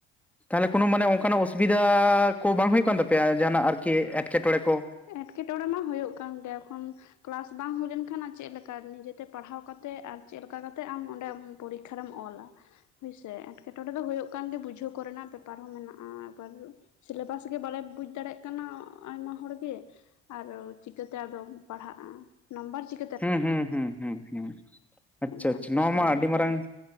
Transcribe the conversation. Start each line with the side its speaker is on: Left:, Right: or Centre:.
Centre: ᱛᱟᱞᱦᱮ ᱠᱳᱱᱳ ᱢᱟᱱᱮ ᱚᱝᱠᱟᱱᱟᱜ ᱚᱥᱩᱵᱤᱫᱟ ᱠᱚ ᱵᱟᱝ ᱦᱩᱭᱩᱜ ᱠᱟᱱ ᱛᱟᱯᱮᱭᱟ ᱡᱟᱦᱟᱱᱟᱜ ᱟᱨᱠᱤ ᱮᱴᱠᱮᱴᱚᱬᱮ ᱠᱚ?
Left: ᱮᱴᱠᱮᱴᱚᱲᱮ ᱢᱟ ᱦᱳᱭᱳᱜ ᱠᱟᱱ ᱜᱮᱭᱟ ᱮᱠᱷᱚᱱ ᱠᱞᱟᱥ ᱵᱟᱝ ᱦᱩᱭ ᱞᱮᱱᱠᱷᱟᱱ ᱪᱮᱫ ᱞᱮᱠᱟ ᱱᱤᱡᱮᱛᱮ ᱯᱟᱲᱦᱟᱣ ᱠᱟᱛᱮᱜ ᱟᱨ ᱪᱮᱫ ᱞᱮᱠᱟ ᱠᱟᱛᱮᱜ ᱟᱢ ᱚᱸᱰᱮᱢ ᱯᱚᱨᱤᱠᱠᱷᱟᱨᱮᱢ ᱚᱞᱟ? ᱦᱳᱭᱥᱮ ᱮᱸᱴᱠᱮᱴᱚᱲᱮ ᱫᱚ ᱦᱩᱭᱩᱜ ᱠᱟᱱ ᱜᱮ ᱵᱩᱡᱷᱟᱹᱣ ᱠᱚᱨᱮᱱᱟᱜ ᱯᱮᱯᱟᱨ ᱦᱚᱸ ᱢᱮᱱᱟᱜᱼᱟ, ᱟᱵᱟᱨ ᱥᱤᱞᱮᱵᱟᱥ ᱜᱮ ᱵᱟᱞᱮ ᱵᱩᱡ ᱫᱟᱲᱮᱜ ᱠᱟᱱᱟ ᱟᱭᱢᱟ ᱦᱚᱲ ᱜᱮ ᱟᱨᱚ ᱪᱤᱠᱟᱹᱛᱮ ᱟᱫᱚᱢ ᱯᱟᱲᱦᱟᱜᱼᱟ ᱱᱟᱢᱵᱟᱨ ᱪᱤᱠ
Centre: ᱦᱩᱸ ᱦᱩᱸ ᱦᱩᱸ ᱦᱩᱸ ᱦᱩ ᱟᱪᱪᱷᱟ
Left: ᱚᱱᱠᱟᱱ
Centre: ᱟᱪᱪᱷᱟ
Left: ᱥᱤᱥᱴᱮᱢ
Centre: ᱱᱚᱣᱟ ᱢᱟ ᱟᱹᱰᱤ
Left: ᱦᱩᱭ ᱟᱠᱟᱱᱟ
Centre: ᱢᱟᱨᱟᱝ